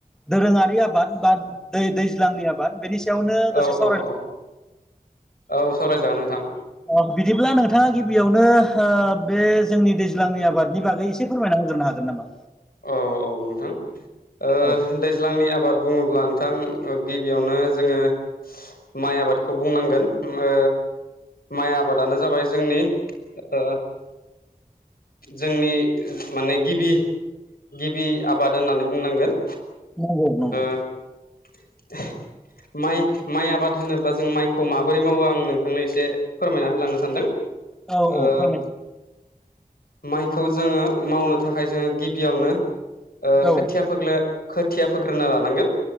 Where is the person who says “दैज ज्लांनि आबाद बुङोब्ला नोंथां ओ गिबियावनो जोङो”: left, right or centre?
Left